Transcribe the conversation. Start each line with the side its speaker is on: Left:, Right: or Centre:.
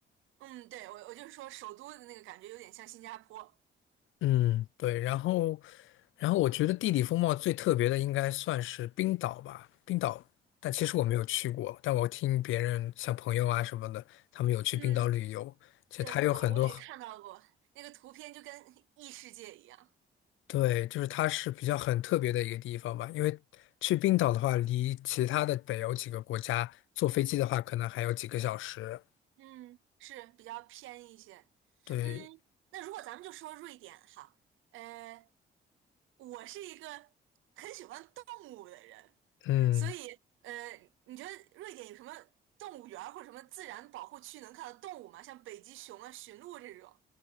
Right: 嗯，对，我我就是说首都的那个感觉有点像新加坡。
Left: 嗯，对，然后，然后我觉得地理风貌最特别的应该算是冰岛吧，冰岛，但其实我没有去过，但我听别人像朋友啊什么的，他们有去冰岛旅游，
Right: 嗯，
Left: 其实它有很多很
Right: 对，我我也看到过那个图片，就跟 <laughs> 异世界一样。
Left: 对，就是它是比较很特别的一个地方吧，因为去冰岛的话，离其他的北欧几个国家坐飞机的话，可能还有几个小时。
Right: 嗯，是比较偏一些。
Left: 对，
Right: 嗯，那如果咱们就说瑞典哈，呃，我是一个很喜欢动物的人，
Left: 嗯。
Right: 所以呃，你觉得瑞典有什么动物园儿或者什么自然保护区能看到动物吗？像北极熊啊、驯鹿这种，